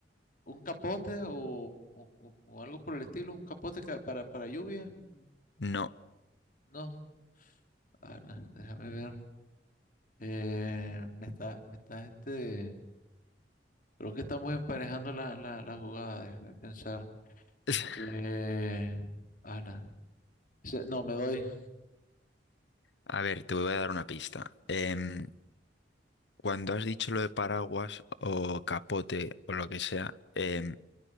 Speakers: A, on the left (about 50°); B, on the left (about 70°).
A: ¿un capote o, o- o- o algo por el estilo? ¿Un capote ca- para, para lluvia? Mm,
B: No.
A: No, ala, déjame ver. Eh, me está, me está este. Creo que estamos emparejando la, la, la jugada, déjame pensar.
B: <laughs>
A: Eh, ala. Se- No, me doy.
B: A ver, te voy a dar una pista. Em, cuando has dicho lo de paraguas o capote o lo que sea, em,